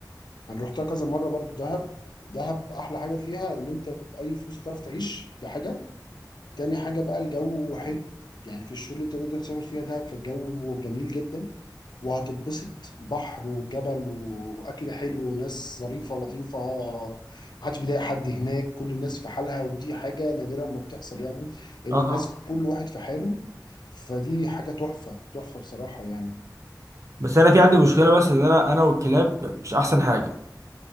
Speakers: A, on the left; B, on the right.
A: انا رحتها كذا مره برضو دهب دهب احلى حاجه فيها ان انت باي فلوس هتعرف تعيش دي حاجه تاني حاجة بقى الجو حلو يعني في الشغل اللي انت تقدر تسافر فيها ده فالجو جميل جدا وهتتبسط بحر وجبل وأكل حلو وناس ظريفة لطيفة محدش بيضايق حد هناك كل الناس في حالها ودي حاجة نادرة ما بتحصل يعني إن
B: اه
A: الناس
B: طبعاً.
A: كل واحد في حاله فدي حاجة تحفة تحفة بصراحة يعني
B: بس انا في عندي مشكله بس ان انا انا والكلاب مش احسن حاجه